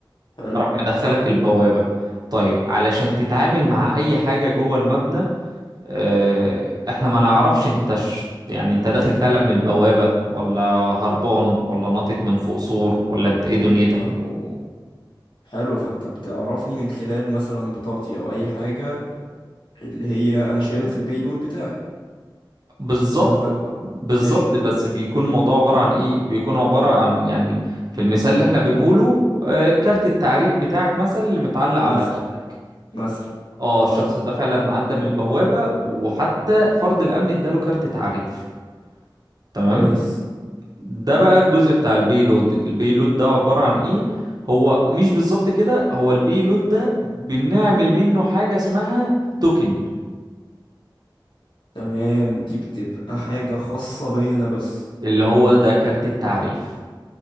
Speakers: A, on the left; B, on the right.
A: حلو
B: راح مدخلك البوابة طيب علشان تتعامل مع اي حاجة جوه المبنى آه، احنا ما نعرفش انت ش... يعني انت داخل فعلا من
A: مم.
B: البوابة ولا هربان ولا ناطط من فوق سور ولا انت ايه دنيتك
A: ما هو حلو فانت بتعرفني من خلال مثلا بطاقتي او اي حاجه اللي هي انا شايلها في البيلود بتاعي
B: بالظبط
A: ولا انا فاهم غلط
B: بالظبط
A: ماشي
B: بس بيكون الموضوع عبارة عن ايه بيكون عبارة عن يعني في المثال اللي احنا بنقوله آه، كارت التعريف بتاعك مثلا اللي متعلق على
A: مثلا
B: رقبتك
A: مثلا
B: اه الشخص
A: اه
B: ده فعلا عدى من البوابة وحتى فرد الامن اداله كارت تعريف تمام
A: كويس
B: ده بقى الجزء بتاع البيلود البيلود ده عبارة عن ايه هو مش بالظبط كده هو البيلود ده بنعمل منه حاجة اسمها توكن
A: تمام دي بتبقى حاجه خاصه بيا انا بس
B: اللي هو ده كارت التعريف